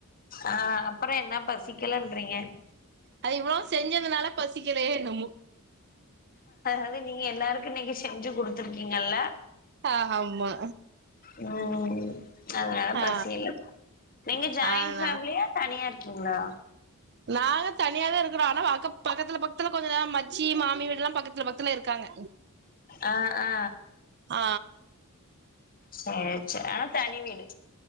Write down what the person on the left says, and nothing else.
அ அப்றோ என்ன பசிக்கலன்றீங்க
அது நீங்க எல்லாருக்கு நீங்க செஞ்சு குடுத்துருக்கீங்கல்ல
ம் அதனால
பசியில்ல இப்போ நீங்க ஜாயிண்ட்
ஃபேம்லியா தனியா இருக்கீங்ளா
அ ஆ
சேரி சேரி ஆனா தனி வீடு